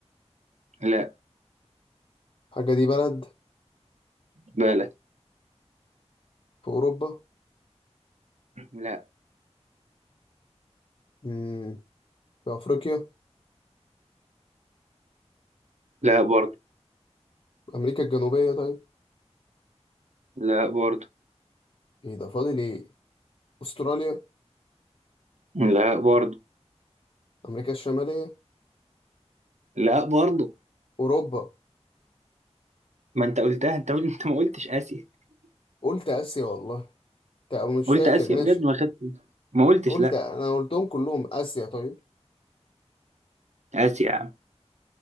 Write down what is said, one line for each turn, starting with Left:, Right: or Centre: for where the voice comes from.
Right: لا
Left: الحاجة دي بلد
Right: بالك
Left: في اوروبا
Right: لا
Left: مم. في افريقيا
Right: لا برضو
Left: امريكا الجنوبية طيب
Right: لا برضو
Left: ايه ده فاضل ايه استراليا
Right: لا برضو
Left: امريكا الشمالية
Right: لا برضو
Left: اوروبا
Right: ما انت قلتها انت انت ما قلتش اسيا
Left: قلت اسيا والله تا- او مش
Right: قلت
Left: فاكر
Right: اسيا
Left: ماشي
Right: بجد ما خدت ما قلتش
Left: قلت
Right: لا
Left: انا قلتهم كلهم اسيا طيب
Right: اسيا يا عم